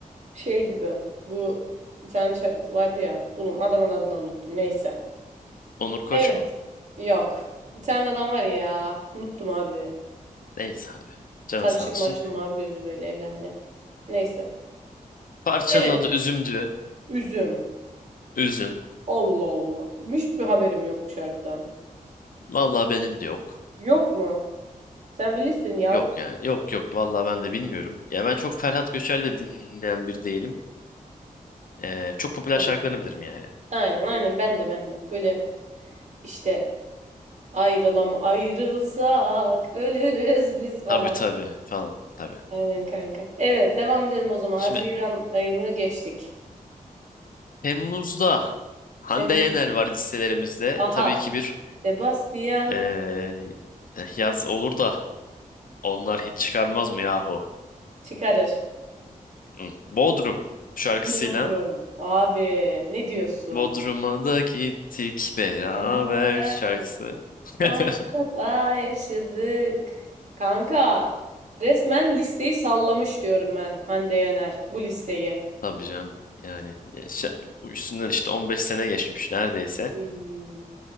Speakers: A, on the right; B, on the left.
A: Şey gibi bu bir tane şa- vardı ya. Oğlum adamın adını unuttum. Neyse.
B: Onur Koç
A: Evet.
B: mu?
A: Yok. Bir tane adam var ya. Unuttum abi.
B: Neyse abi. Canı
A: Sarışın
B: sağ olsun.
A: marışın mavi gözü böyle evlendi. Neyse.
B: Parçanın
A: Evet.
B: adı Üzüm'dü.
A: Üzüm.
B: Üzüm.
A: Allah Allah. Hiçbir haberim yok bu şarkıdan.
B: Vallahi benim de yok.
A: Yok mu? Sen bilirsin ya.
B: Yok yani. Yok yok. Vallahi ben de bilmiyorum. Ya ben çok Ferhat Göçer de dinleyen bir değilim. Ee, çok popüler
A: Hı.
B: şarkılarını bilirim yani.
A: Aynen aynen ben de ben de. Böyle işte ayrılam ayrılsak ölürüz biz falan.
B: Tabii tabii falan. Tabii.
A: Aynen kanka. Evet devam edelim o zaman.
B: Şimdi
A: Haziran ayını geçtik.
B: Temmuz'da Hande
A: Tem
B: Yener var listelerimizde.
A: Aha.
B: Tabii ki bir
A: Sebastian
B: ee, yaz olur da onlar hiç çıkarmaz mı yahu?
A: çıkarır.
B: Hı. Bodrum şarkısıyla
A: Bodrum. Abi ne diyorsun?
B: Bodrum'a da gittik beraber
A: Beraber
B: şarkısı. <laughs>
A: İstanbul'da da yaşadık. Kanka resmen listeyi sallamış diyorum ben Hande Yener bu listeyi.
B: Tabii canım. Yani ya şa- üstünden işte 15 sene geçmiş neredeyse.
A: Hmm.